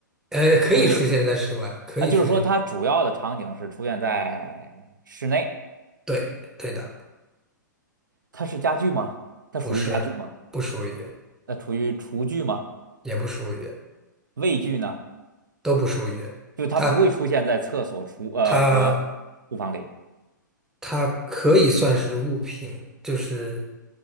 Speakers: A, in the centre; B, on the right (about 70°).
A: 呃，可以出现在室外，
B: 就是
A: 可以出现。
B: 啊，就是说它主要的场景是出现在室内，
A: 对，对的，
B: 它是家具吗？它属于家具吗？
A: 不是，不属于，
B: 那属于厨具吗？
A: 也不属于，
B: 卫具呢？
A: 都不属于。
B: 就它不会出现在厕所、
A: 它，
B: 厨呃和厨房里，
A: 它，它可以算是物品，就是，